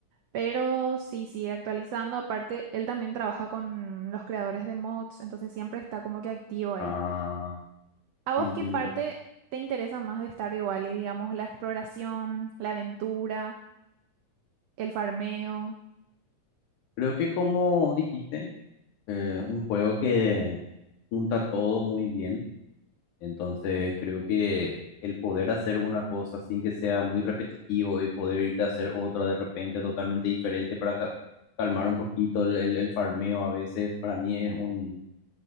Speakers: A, on the right; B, on the left.
A: Pero sí, sigue actualizando, aparte, él también trabaja con los creadores de mods, entonces siempre está como que activo ahí.
B: Ah.
A: ¿A vos
B: Entiendo.
A: qué parte te interesa más de Stardew Valley? Digamos, la exploración, la aventura, el farmeo.
B: Creo que como dijiste, eh, un juego que junta todo muy bien. Entonces creo que el poder hacer una cosa sin que sea muy repetitivo y poder irte a hacer otra de repente totalmente diferente para ca- calmar un poquito el, el- el farmeo a veces, para mí es un,